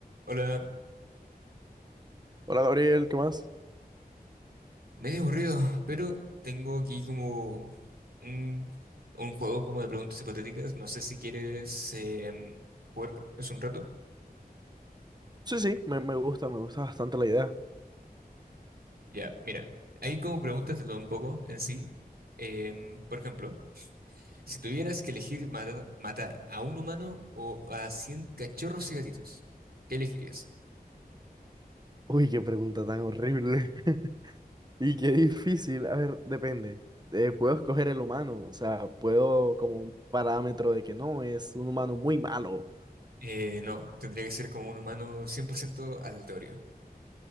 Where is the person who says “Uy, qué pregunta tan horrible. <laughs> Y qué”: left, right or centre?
Right